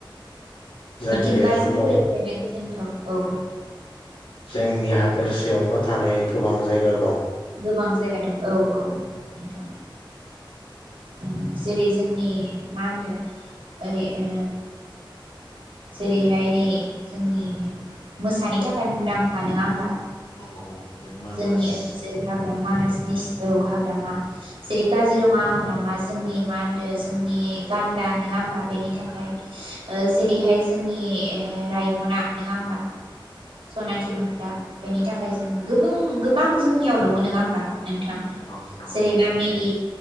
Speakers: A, on the left; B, on the right.
A: जायगायाथ'
B: मिथिंगाजों
A: दं
B: गोरोबफ्लेनाय गोजोन्थाव। औ
A: जोंनि हादोरसायावनो थानाय गोबां जायगा दं
B: गोबां जायगा दं औ औ नोंथां। ओं जेरै जोंनि मा होनदों ओरै ओ जेरैहाय नै जोंनि मोसानि थाखाय मुंदांखा नोङा होमबा?
A: नंगौ। बे मानास
B: जोंनि ओनसोल
A: औ
B: हाग्रा मानासनिस औ हाग्रामा जेरै काजिरङा हाग्रामा जोंनि मा होनदो जोंनि गान्दा नोङा होमबा बेनि थाखाय ओ जेरैहाय जोंनि ओ रायमना नङा होमबा सनाथि मोख्रा बेनि थाखाय जों गोबों गोबां जोंनियाव दङ। नोङा होमबा? नोंथां
A: दं दं
B: जेरै नामेरि